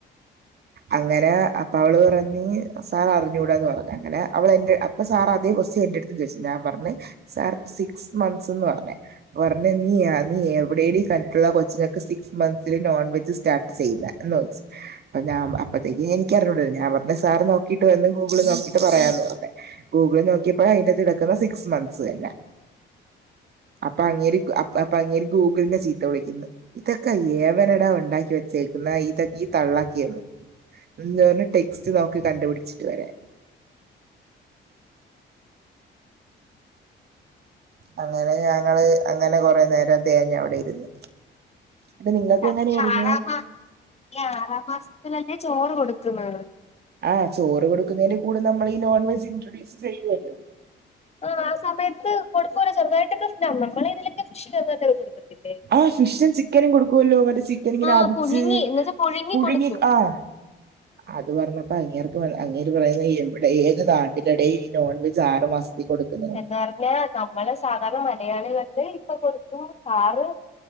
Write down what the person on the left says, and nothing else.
ഈ
ആറാം മാ ഈ ആറാം മാസത്തിലല്ലേ ചോറ് കൊടുക്കുന്നത്?
ആഹ് ആഹ് സമയത്ത് ഒക്കെ കൊടുക്കുമല്ലൊ ചെറുതായിട്ട് നമ്മൾ ഇവിടെ ഫിഷ് ചെറുതായിട്ട് കൊടുക്കത്തില്ല
ആഹ്
പുഴുങ്ങി എന്ന് വെച്ചാ
കൊടുക്കും
പറഞ്ഞ നമ്മള് സാധാരണ മലയാളികളല്ലേ ഇപ്പൊ കൊടുക്കും സാറ്